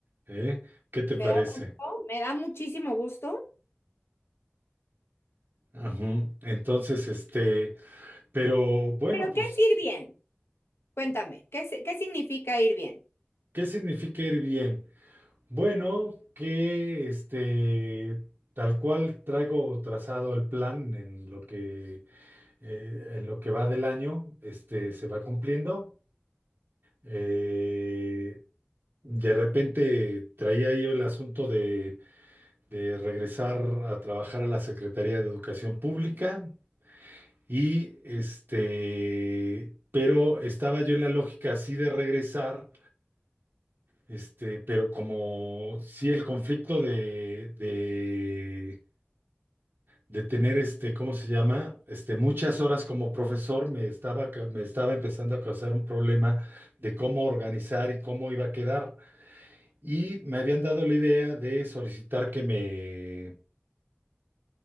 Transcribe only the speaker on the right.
¿Eh? ¿Qué te
parece?
Ujú. Entonces, este, pero bueno,
pues,
¿qué significa ir bien? Bueno, que este, tal cual traigo trazado el plan en lo que, eh, en lo que va del año, este, se va cumpliendo. Eh, de repente traía yo el asunto de de regresar a trabajar a la Secretaría de Educación Pública. Y este, pero estaba yo en la lógica así de regresar, este, pero como sí el conflicto de, de, de tener este, ¿cómo se llama? Este, muchas horas como profesor me estaba, ca- me estaba empezando a causar un problema de cómo organizar y cómo iba a quedar. Y me habían dado la idea de solicitar que me,